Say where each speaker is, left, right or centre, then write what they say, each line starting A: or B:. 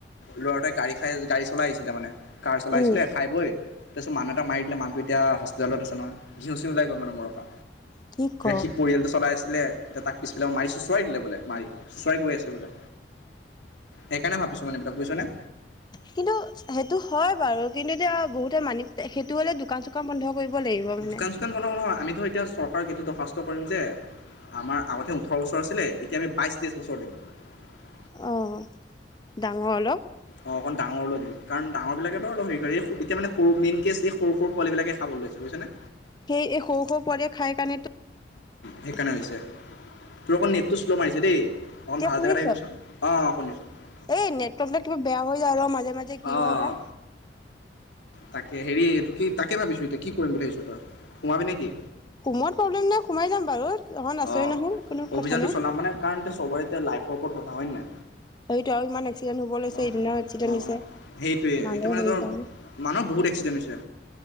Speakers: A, on the left (about 85°); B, on the left (about 25°).
A: ল'ৰাটোৱে গাড়ী খাই গাড়ী চলাই আহিছিলে মানে। কাৰ চলাইছিলে
B: উম
A: খাই বৈ, তাৰপিছত মানুহ মাৰি দিলে মানুহটো এতিয়া হস্পিতেলত আছে নহয় ঘিউ চিউ ওলাই গল মানে মূৰৰ পা।
B: কি ক
A: সি পৰিয়ালটো চলাই আছে লে তাক পিছফালে মাৰি চোঁচৰাই দিলে বোলে মাৰি চোঁচৰাই গৈ আছে বোলে সেইকাৰণে ভাবিছোঁ মানে এইবিলাক বুইছ নে?
B: কিন্তু সেইটো হয় বাৰু কিন্তু এতিয়া বহুত মানি সেইটো হ'লে দোকান চোকান বন্ধ কৰিব লাগিব মানে
A: দোকান চোকান বন্ধ নহয় আমি ধৰ এতিয়া চৰকাৰক এইটো দৰ্খাস্ত কৰিম যে আমাৰ আগতে ওঠৰ বছৰ আছিলে এতিয়া আমি বাইছ তেইছ বছৰ দিম ।
B: অ হ ডাঙৰ অলপ
A: অঁ অকণ ডাঙৰ লৈ দিম কাৰণ ডাঙৰবিলাকেতো অলপ হেৰি কৰে এতিয়া মানে সৰু মেইন কে এই সৰু সৰু পোৱালিবিলাকে খাব লৈছে বুজিছেনে?
B: সেয়ে সৰু সৰু পোৱালি য়ে খাই কাৰণে তো
A: সেইকাৰণে হৈছে তোৰ অকৌ নেট টো চ্লমাৰিছে দেই- অকমান ভাল
B: শুনিছ
A: জেগাত আহিবিচোন অ অ শুনিম ।
B: এই নেটৱৰ্ক কিবা বেয়া হৈ যায় আৰু মাজে মাজে কি
A: অঁ
B: হয় বা
A: তাকে হেৰি এইটো কি তাকে ভাবিছোঁ এতিয়া কি কৰিম বুলি ভাবিছ তই সোমাবি নে কি?
B: সোমোৱত প্ৰব্লেম নাই সোমাই যাম বাৰু তহত আচয়ে
A: অঁ
B: নহয় কোনো
A: অভিযানটো
B: কথা নাই
A: চলাম মানে কাৰণ এতিয়া চবৰে এতিয়া লাইফৰ হয় নি?
B: সেইটো আৰু ইমান এক্সিডেণ্ট হ'ব লৈছে
A: অ
B: এদিনৰ এক্সিডেণ্ট
A: অ
B: হৈছে
A: সেইটোৱেই
B: মানুহৰ
A: এতিয়া মানে
B: হেৰি
A: ধৰ
B: কাৰণে
A: মানুহৰ বহুত এক্সিডেণ্ট হৈছে